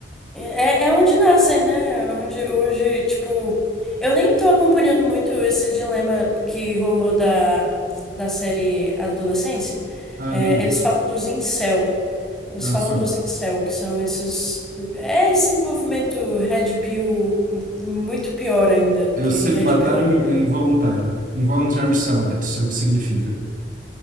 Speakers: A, in the centre; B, on the right (about 50°).
A: É, é onde nascem, né? É Onde hoje, tipo, eu nem tô acompanhando muito esse dilema que rolou da, da série Adolescência.
B: Ah,
A: É,
B: nem vi.
A: eles falam dos incel. Eles
B: Ah,
A: falam
B: só.
A: dos incel, que são esses. É esse movimento Red Pill muito pior ainda, porque
B: É o celibatário
A: Red Pill
B: in- é involuntário. Involuntary celibate, é o que significa.